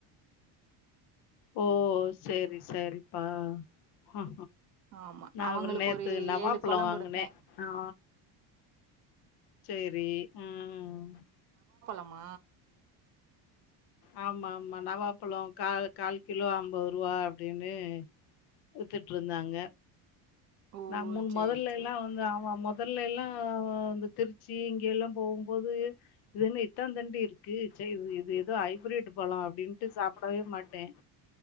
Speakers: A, on the left; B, on the right.
A: ஓ சேரி சேரிப்பா ஆ
B: ஆமா
A: நா
B: அவங்களுக்கு
A: அப்புறோ நேத்து
B: ஒரு
A: நவாப்பழோ
B: ஏழு பழம்
A: வாங்கினே
B: குடுத்தே
A: ஆ சேரி ம்
B: ஆமா
A: ஆமா ஆமா நவாப்பழ கா கால் கிலோ ஐம்பது ரூபா அப்டின்னு வித்துட்டு இருந்தாங்க
B: ஓ
A: நா மூணு
B: சேரி
A: முதல்ல
B: சேரி
A: எல்லா வந்து அவமா மோத் முதல்லா இந்த திருச்சி இங்க எல்லா போகுபோது இதுன்னு இத்தான்தண்டி சே இது இது ஏதோ ஐபிரேட்டு பழோ அப்பிடினு சாப்பிடவே மாட்டே